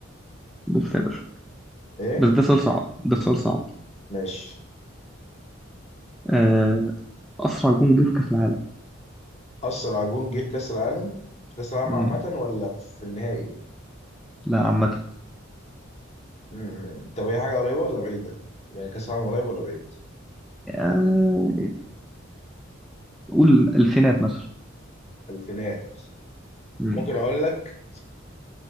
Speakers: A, in the centre; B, on the left.
A: بص يا باشا
B: إيه
A: بس ده سؤال صعب ده سؤال صعب
B: ماشي
A: آه، أسرع جون جه في كأس العالم
B: أسرع جون جه في كأس العالم في كأس العالم
A: مم.
B: عامة ولا في النهائي
A: لا عامة
B: امم طب هي حاجة قريبة ولا بعيدة؟ يعني كأس عالم قريب ولا بعيد؟
A: آه، قول الفينات مثلا
B: الفينات
A: مم.
B: ممكن أقول لك